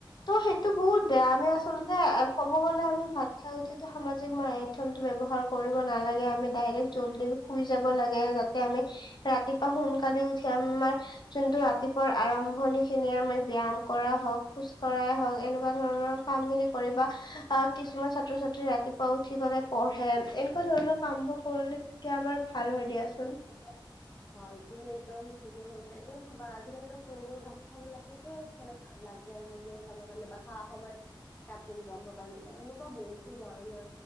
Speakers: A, on the left (about 60°); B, on the left (about 25°).
A: ত' সেইটো বহুত বেয়া আমি আচলতে ক'ব গ'লে আমি ভাত খাই উঠি সামাজিক মাধ্যমতটো ব্যৱহাৰ কৰিব নালাগে, আমি ডাইৰেক্ট জলদি শুই যাব লাগে। যাতে আমি- ৰাতিপুৱা সোনকালে উঠি আম মাৰ- যোনটো ৰাতিপুৱাৰ আৰম্ভণি খিনিয়ে আমি ব্যায়াম কৰা হওঁক, খোজ কঢ়াই হওক, এনেকুৱা ধৰণৰ- কাম খিনি কৰিবা। আহ কিছুমান ছাত্ৰ ছাত্ৰী ৰাতিপুৱা উঠিপেলাই- পঢ়ে, এনেকুৱা ধৰণৰ কাম বোৰ কৰিলে তেতিয়া আমাৰ ভাল হয় দিয়াচোন।
B: <inaudible> হয়, তুমি একদম ঠিকে কৈছে। এনেও চাবা আজিকালিটো সৰু সৰু বাৎচ্ছা বিলাককে- মানে খা লাগে আৰু মোবাইল চাবৰ কাৰণে বাখা সময়ত- কাটুন যাব কাৰণে বা এনেকুৱা বহুতো ধৰণৰ